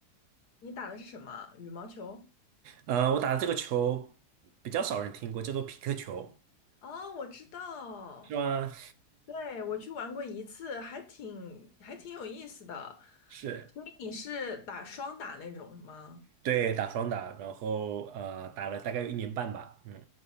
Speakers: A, on the left; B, on the right.
A: 你打的是什么？羽毛球？
B: 呃，我打的这个球比较少人听过，叫做匹克球，
A: 哦，我知道，
B: 是吗？
A: 对，我去玩过一次，还挺还挺有意思的。
B: <laughs> 是，
A: 所以你是打双打那种吗？
B: 对，打双打，然后呃，打了大概有一年半吧，嗯。